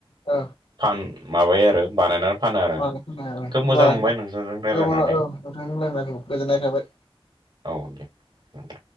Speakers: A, on the left; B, on the right.
A: औ
B: फान माबायो आरो बानायनानै फानो
A: अ
B: आरो
A: खोनाबाय
B: खोब
A: होमबा
B: मोजां मोनबाय नोंसोरजों रायज्लायनानै
A: औ नोंथांनि रायलायनायखौ गोजोननाय थाबाय।
B: औ दे